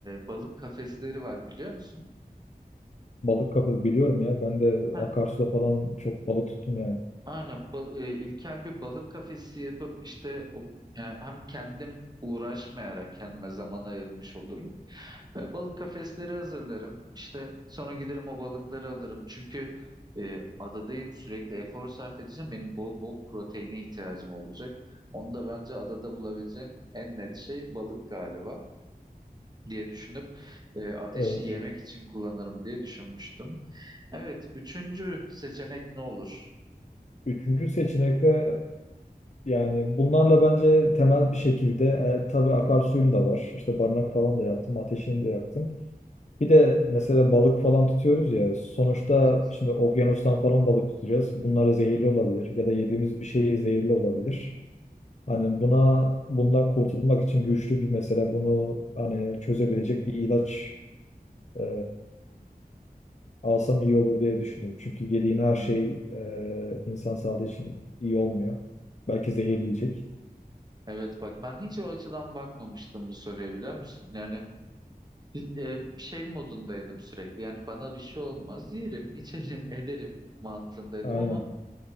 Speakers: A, on the right; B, on the left.
A: balık kafesleri var biliyor musun?
B: Balık kapı biliyorum ya ben de
A: Heh,
B: akarsuda falan çok balık tuttum yani.
A: aynen ba- e, ilkel bir balık kafesi yapıp işte o, he- hem kendim uğraşmayarak kendime zaman ayırmış olurum. E, balık kafesleri hazırlarım. İşte sonra giderim o balıkları alırım. Çünkü e, adadayım sürekli efor sarf edeceğim. Benim bol bol proteine ihtiyacım olacak. Onu da bence adada bulabileceğim en net şey balık galiba diye düşünüp e, ateşi
B: Evet.
A: yemek için kullanırım diye düşünmüştüm. Evet, üçüncü seçenek ne olur?
B: Üçüncü seçenekte Yani bunlarla bence temel bir şekilde e, tabii akarsuyum da var. İşte barınak falan da yaptım, ateşini de yaktım. Bir de mesela balık falan tutuyoruz ya. Sonuçta
A: Evet.
B: şimdi okyanustan falan balık tutacağız. Bunlar zehirli olabilir ya da yediğimiz bir şey zehirli olabilir. Hani buna bundan kurtulmak için güçlü bir mesela bunu hani çözebilecek bir ilaç e, alsam iyi olur diye düşündüm. Çünkü yediğin
A: Hmm.
B: her şey e, insan sağlığı için iyi olmuyor. Belki zehirleyecek.
A: Evet bak ben hiç o açıdan bakmamıştım bu soruya biliyor musun? Yani Biz, e, şey modundaydım sürekli yani bana bir şey olmaz yerim <laughs> içelim ederim mantığındaydım
B: Aynen.
A: ama